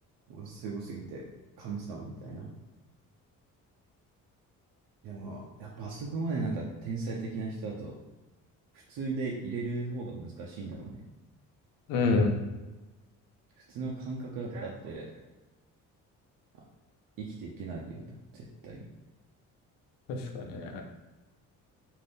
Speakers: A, on the right (about 80°); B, on the left (about 85°).
A: もうすごすぎて、神様みたいな。でも、やっあぱ、そこまでなんか天才的な人だと、普通で入れる方が難しいんだろうね。
B: うん。
A: 普通の感覚だと、だって、あ生きていけないって言われた。絶対に。
B: 確かにね。